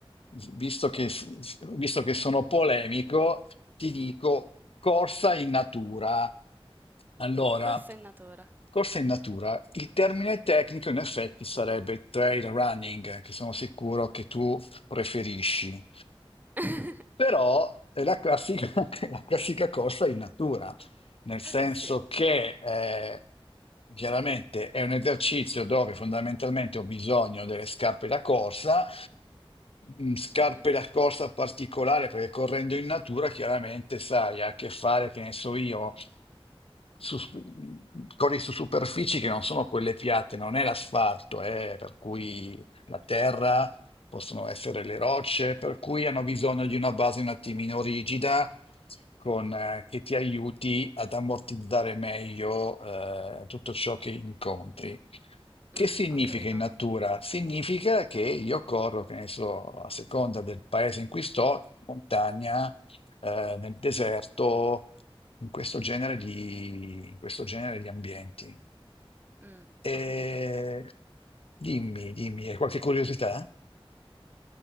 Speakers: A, on the left; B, on the right.
A: visto che, visto che sono polemico, ti dico corsa in natura. Allora,
B: Corsa in natura.
A: corsa in natura, il termine tecnico in effetti sarebbe trail running, che sono sicuro che tu preferisci
B: <laughs>
A: però è la classica, <laughs> la classica corsa in natura, nel senso
B: Sì.
A: che eh, chiaramente è un esercizio dove fondamentalmente ho bisogno delle scarpe da corsa, mm, scarpe
B: Mh-mh.
A: da corsa particolare perché correndo in natura chiaramente sai, ha a che fare, che ne so io, su- corri su superfici che non sono quelle piatte, non è l'asfalto, eh, per cui la terra
B: Mh-mh.
A: possono essere le rocce, per cui hanno bisogno di una base un attimino rigida con, eh, che ti aiuti ad ammortizzare meglio eh, tutto ciò che incontri. Che
B: Mh,
A: significa
B: ho capito.
A: in natura? Significa che io corro, che ne so, a seconda del paese in cui sto, in montagna, eh, nel deserto, in questo genere di, in questo genere di ambienti.
B: Mh, ho
A: E
B: capito.
A: dimmi, dimmi, hai qualche curiosità?